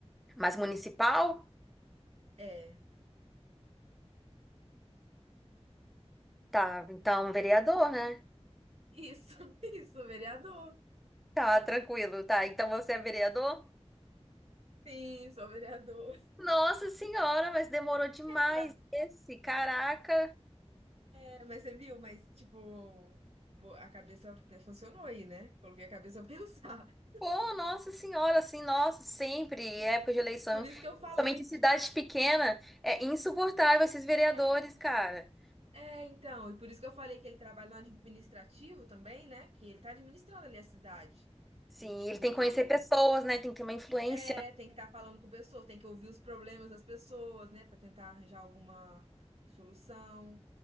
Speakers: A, in the centre; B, on the right.
A: mais municipal?
B: É.
A: Tá, então um vereador, né?
B: Isso, <laughs> isso, vereador.
A: Tá, tranquilo, tá. Então você é vereador?
B: Sim, sou vereador.
A: Nossa senhora, mas demorou demais
B: é tra-
A: esse, caraca.
B: É, Mas você viu, mas tipo, vo- a cabeça pe- funcionou aí, né? Coloquei a cabeça a pensar. <laughs>
A: Pô, nossa senhora, assim, nossa, sempre, época de eleição,
B: Por isso que eu falei,
A: somente em cidades
B: tipo,
A: pequenas, é insuportável esses vereadores,
B: é,
A: cara.
B: é, então, e por isso que eu falei que ele trabalha no administrativo também, né? Que ele tá administrando ali a cidade.
A: Sim,
B: E tipo,
A: ele tem que conhecer pessoas, né? Tem que ter uma influência.
B: é, tem que estar falando com pessoas, tem que ouvir os problemas das pessoas, né, Pra tentar arranjar alguma solução.